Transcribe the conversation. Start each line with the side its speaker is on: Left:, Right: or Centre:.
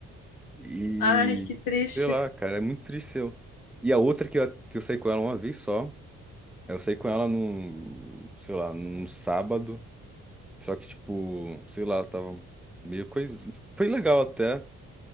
Centre: E
Left: Ai, que triste.
Centre: sei lá, cara, é muito triste eu. E a outra que eu, que eu saí com ela uma vez só, eu saí com ela num, sei lá, num sábado. Só que, tipo, sei lá, tava meio coisa. Foi legal até,